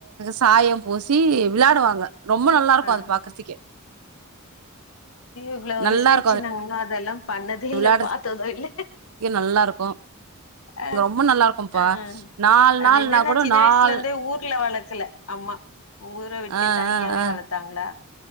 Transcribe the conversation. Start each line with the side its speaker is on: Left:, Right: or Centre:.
Right: சாயம் பூசி யி வெளடுவாங்க ரொம்ப நல்லா இருக்கு
Left: ஆ
Right: அது பாக்குறதுக்கே
Left: இவ்ளோ வய்சாயிடுச்சு
Right: நல்லா இருக்கு அது
Left: நாங்க இன்னு அதெல்லாம் பண்ணதே இல்ல
Right: விளாடுறதுக்கே
Left: பாத்தது இல்ல
Right: நல்லா இருக்கு
Left: அஹ்
Right: இங்க ரொம்ப நல்லா இருக்கும்ப்பா
Left: ஆஹ்
Right: நாலு
Left: அது
Right: நாள்னா
Left: என்னன்னா
Right: கூட
Left: சின்ன
Right: நால்
Left: வயசுல இருந்தே ஊர்ல வளக்கல அம்மா ஊர விட்டே
Right: ஆ
Left: தனியாவே
Right: ஆ ஆ
Left: வளத்தாங்களா